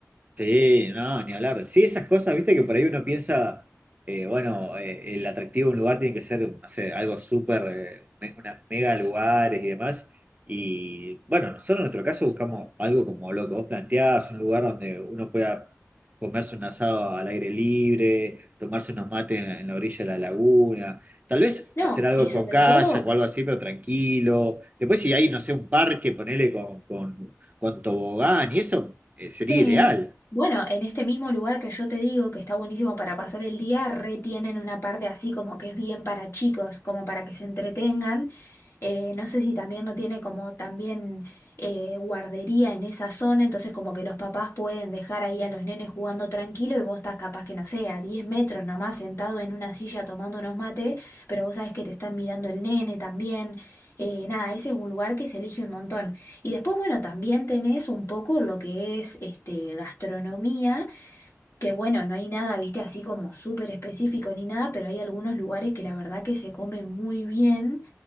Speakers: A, on the right; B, on the left.
A: Sí, no, ni hablar. Sí, esas cosas, viste que por ahí uno piensa, eh, bueno, eh, el atractivo de un lugar tiene que ser, no sé, algo súper, eh, me- unas mega lugares y demás. Y bueno, nosotros en nuestro caso buscamos algo como lo que vos planteabas, un lugar donde uno pueda comerse un asado al aire libre, tomarse unos mates en, en la orilla de la laguna, tal vez
B: No,
A: hacer algo
B: y sobre
A: con kayak
B: todo
A: o algo así, pero tranquilo. Después si hay, no sé, un parque, ponele con, con, con tobogán y eso, eh, sería
B: Sí.
A: ideal.
B: Bueno, en este mismo lugar que yo te digo que está buenísimo para pasar el día, retienen una parte así como que es bien para chicos, como para que se entretengan. Eh, no sé si también no tiene como también eh, guardería en esa zona, entonces como que los papás pueden dejar ahí a los nenes jugando tranquilo y vos estás capaz que no sé, a 10 metros nomás sentado en una silla tomando unos mate, pero vos sabés que te están mirando el nene también. Eh, nada, ese es un lugar que se elige un montón. Y después, bueno, también tenés un poco lo que es este, gastronomía, que bueno, no hay nada, viste, así como súper específico ni nada, pero hay algunos lugares que la verdad que se comen muy bien.